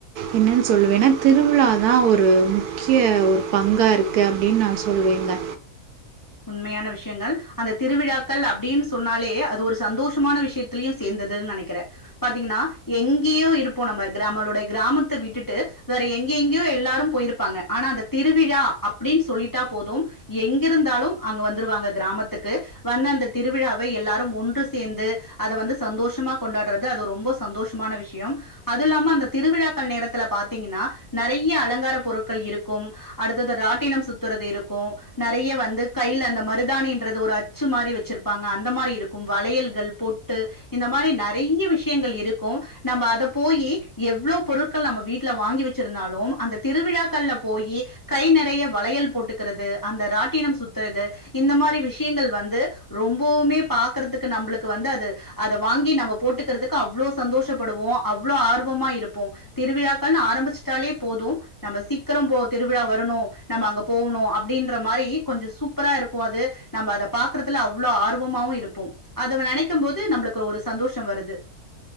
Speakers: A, on the right; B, on the left.
A: என்ன சொல்லுவேனா திருவிழாதா ஒரு முக்ய ஒரு பங்காருக்கு அப்டின் நா சொல்லுவேங்க
B: உண்மையான விஷயங்கள் அந்த திருவிழாக்கள் அப்டின் சொன்னாலே அது ஒரு சந்தோஷமான விஷத்தில்யு சேந்தது நனக்கிற பாத்தீங்கனா எங்கியோ இருப்போ நம்ப கிராமளுடை கிராமத்த விட்டுட்டு வேற எங்கெங்யோ எல்லாரு போய்ருப்பாங்க ஆனாந்த திருவிழா அப்டின் சொல்லிட்டா போதும் எங்கிருந்தாலு அங்க வந்துருவாங்க கிராமத்துக்கு வந்தந்த திருவிழாவை எல்லாரு ஒன்று சேந்து அத வந்து சந்தோஷமா கொண்டாறது அது ரொம்ப சந்தோஷமான விஷ்யம் அதுல்லாம அந்த திருவிழாக்கள் நேரத்துல பாத்தீங்கனா நெறய அலங்கார பொருட்கள் இருக்கும் அடுத்தது ராட்டினம் சுத்தறது இருக்கு நறய வந்து கைல அந்த மருதானின்றது ஒரு அச்சு மாரி வச்சுருப்பாங்க அந்த மாரி இருக்கும் வளையல்கள் பொட்டு இந்த மாரி நறய விஷ்யங்கள் இருக்கு நம்ப அத போயி எவ்ளோ பொருட்கள் நம்ப வீட்ல வாங்கி வச்சிருந்தாலு அந்த திருவிழாக்கள்ல போயி கை நெறய வளையல் போட்டுக்குறது அந்த ராட்டினம் சு த்ரது இந்த மாரி விஷயங்கள் வந்து ரொம்பவ்மே பாக்கறதுக்கு நம்பளுக்கு வந்து அது அத வாங்கி நம்ப போட்டுக்குறதுக்கு அவ்ளோ சந்தோஷப்படுவோ அவ்ளோ ஆர்வமா இருப்போ திருவிழாக்கள் ஆரம்பிச்சிட்டாலே போது நம்ப சீக்கிர போ திருவிழா வரணு நம்ப அங்க போவுணு அப்டின்ற மாரி கொஞ்ச சூப் ப்பரா இருக்கு அது நம்ப அத பாக்கறத்துல அவ்ளோ ஆர்வமாவு இருப்பொம் அத நெனைக்கம்போது நம்புளுக்கு ஒரு சந்தோஷ வருது